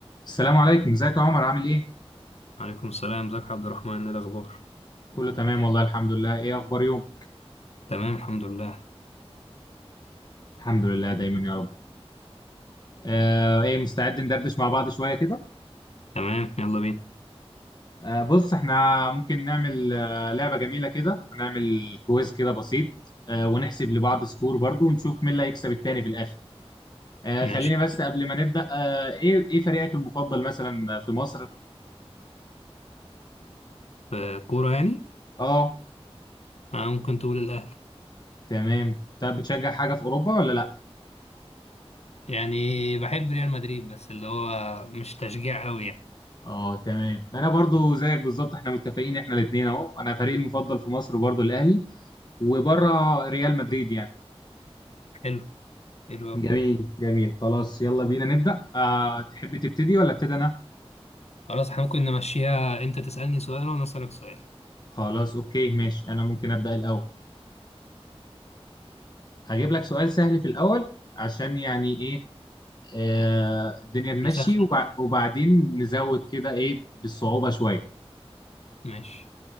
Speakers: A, on the left; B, on the left.
A: السلام عليكم ازيك يا عمر عامل ايه؟
B: عليكم السلام ازيك يا عبد الرحمن ايه الاخبار
A: كله تمام والله الحمد لله ايه اخبار يوم؟
B: تمام الحمد لله
A: الحمد لله دايما يا رب آه ايه مستعد ندردش مع بعض شوية كده؟
B: تمام يلا بينا
A: آه بص احنا ممكن نعمل آه لعبة جميلة كده هنعمل كويز كده بسيط آه ونحسب لبعض سكور برضو ونشوف مين اللي هيكسب التاني في الاخر آه
B: ماشي
A: خليني بس قبل ما نبدأ آه ايه ايه فريقك المفضل مثلا في مصر؟
B: في كورة يعني
A: اه
B: آه ممكن تقول الاهلي
A: تمام طب بتشجع حاجة في اوروبا ولا لا؟
B: يعني بحب ريال مدريد بس اللي هو مش تشجيع قوي يعني
A: اه تمام انا برضو زيك بالظبط احنا متفقين احنا الاثنين اهو انا فريقي المفضل في مصر برضو الاهلي وبره ريال مدريد يعني
B: حلو حلو قوي
A: جميل جميل جميل خلاص يلا بينا نبدأ أه تحب تبتدي ولا ابتدي أنا؟
B: خلاص احنا ممكن نمشيها انت تسألني سؤال وانا اسألك سؤال
A: خلاص أوكي ماشي أنا ممكن أبدأ الأول هجيب لك سؤال سهل في الأول عشان يعني إيه آه الدنيا تمشي
B: نسخن
A: وبع- وبعدين نزود كده إيه بالصعوبة شوية
B: ماشي